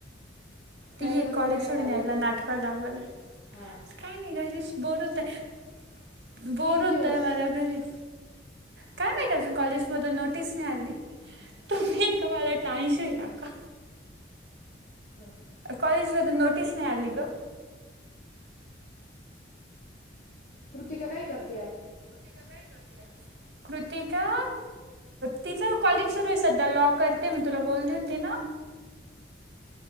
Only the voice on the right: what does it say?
ती एक
कॉलेज
सोडून
यायला नाटकं लावलं
काय नाही घरीच बोर होत आहे बोर
होत आहे मला घरीच काय माहित अजून कॉलेजमधून नोटीस नाही आली तुम्ही एका <unintelligible> आहे का का
कॉलेज मधून नोटीस नाही आली ग
तिका काय करते
कृतिका तिथं कॉलेज सुरू आहे सध्या लॉ करते मी तुला बोलली होती ना